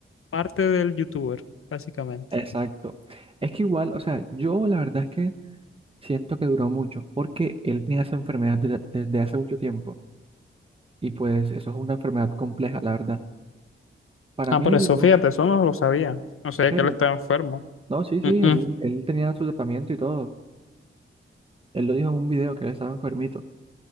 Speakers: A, on the left; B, on the right.
A: parte del youtuber, básicamente.
B: exacto. Es que igual, o sea, yo la verdad es que siento que duró mucho, porque él tenía esa enfermedad desde, desde hace mucho tiempo, y pues eso es una enfermedad compleja, la verdad. Para
A: Ah,
B: mí
A: por eso,
B: duró,
A: fíjate, eso no lo sabía. No sabía
B: en serio.
A: que él estaba enfermo.
B: No, sí, sí,
A: Mm,
B: él,
A: mm. O
B: él tenía su tratamiento y todo. Él lo dijo en un video que él estaba enfermito.